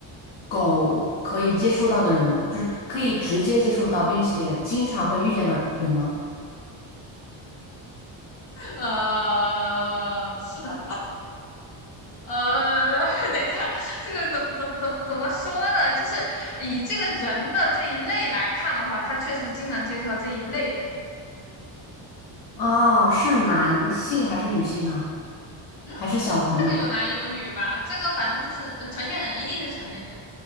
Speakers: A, on the left (about 60°); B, on the left (about 75°).
A: 狗可以接触到的人，就是可以直接接触到，并且经常会遇见的人吗？
B: 呃 <laughs>，是的，呃，<laughs> 等一下，这个怎么怎么怎么怎么说呢？就是以这个人的这一类来看的话，他确实经常介绍这一类人。
A: 哦，是男性还是女性呢？
B: 嗯，
A: 还是小朋友？
B: 这个有男有女吧？这个反正就是呃成年人，一定是成年人。